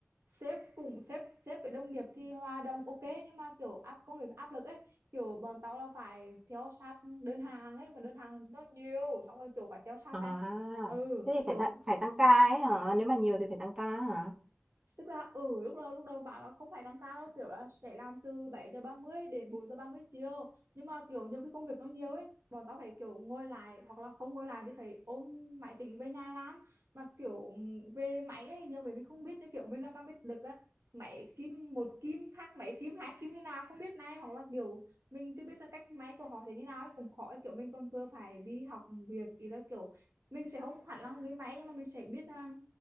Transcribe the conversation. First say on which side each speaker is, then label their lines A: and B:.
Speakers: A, on the right; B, on the right.
A: sếp cùng sếp sếp với đồng nghiệp thì hòa đồng ok nhưng mà kiểu áp công việc nó áp lực ấy kiểu bọn tao là phải theo sát đơn hàng ấy mà đơn hàng nó nhiều xong rồi kiểu phải theo sát
B: à
A: này ừ
B: thế thì
A: kiểu
B: phải ta, phải tăng ca ấy hả nếu mà nhiều thì phải tăng ca hả
A: tức là ừ lúc đầu lúc đầu bảo là không phải tăng ca đâu kiểu là sẽ làm từ 7 giờ 30 đến 4 giờ 30 chiều nhưng mà kiểu nhiều khi công việc nó nhiều ấy bọn tao phải kiểu ngồi lại hoặc là không ngồi lại thì phải ôm máy tính về nhà làm mà kiểu về máy ấy, nhiều cái mình không biết như kiểu mình làm trong biết được là máy kim một kim khác máy kim hai kim như nào không biết này hoặc là kiểu mình chưa biết là cách máy của họ thế như nào ấy cũng khó ấy. kiểu mình còn vừa phải đi học việc ý là kiểu mình sẽ không hẳn là người máy nhưng mà mình sẽ biết um,